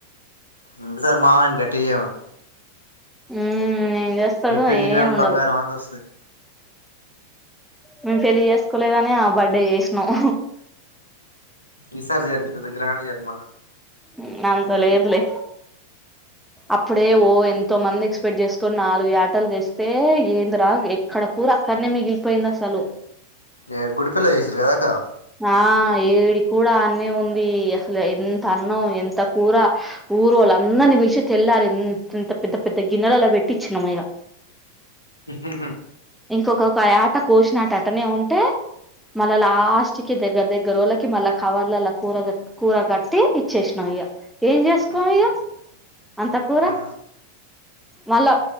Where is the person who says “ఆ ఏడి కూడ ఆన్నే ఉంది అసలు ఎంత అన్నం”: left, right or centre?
Centre